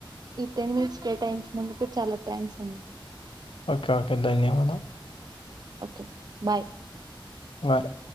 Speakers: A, on the right; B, on the left.
A: ఇట్ నిమ్స్ కేటాయించినందుకు చాలా థ్యాంక్స్ అండి
B: ఓకే ఓకే ధన్యవాదాం
A: ఓకే బాయ్
B: బాయ్